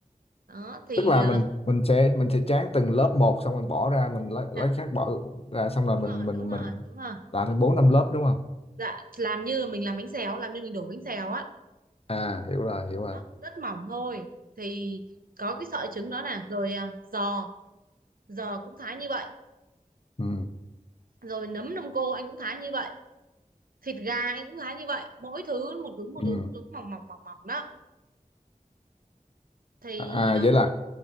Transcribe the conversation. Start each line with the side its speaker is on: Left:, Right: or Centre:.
Right: đó thì
Left: tức là
Right: à,
Left: mình mình sẽ mình sẽ tráng từng lớp một xong mình bỏ ra mình lấy lấy
Right: dạ
Left: khác bỏ ra xong
Right: đúng
Left: rồi mình
Right: rồi
Left: mình
Right: đúng rồi
Left: mình
Right: đúng rồi
Left: làm thành bốn năm lớp đúng không
Right: dạ làm như mình làm bánh xèo làm như mình đổ bánh xèo á
Left: à hiểu rồi hiểu rồi
Right: đó, rất mỏng thôi thì có cái sợi trứng đó nè rồi à, giò giò cũng thái như vậy
Left: ừ
Right: rồi nấm đông cô anh cũng thái như vậy thịt gà anh cũng thái như vậy mỗi thứ một nhúm một
Left: ừ
Right: nhúm một nhúm mỏng mỏng mỏng mỏng đó thì
Left: à à,
Right: ờ,
Left: vậy là